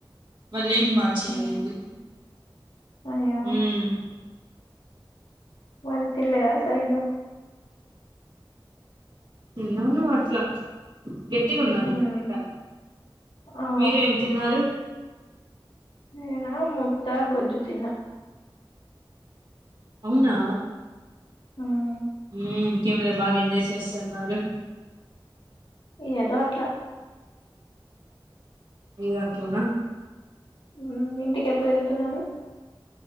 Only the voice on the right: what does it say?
వాళ్ళేం బాగా చేయలేదు
ఉమ్.
తిన్నాను అట్లా. గట్టిగున్నాయి
అనమాట
మీరేం తిన్నారు.
అవునా
ఉమ్. కీమ్ లో బాగా ఎంజాయ్ చేస్తున్నారు.
ఇగ అట్లాన.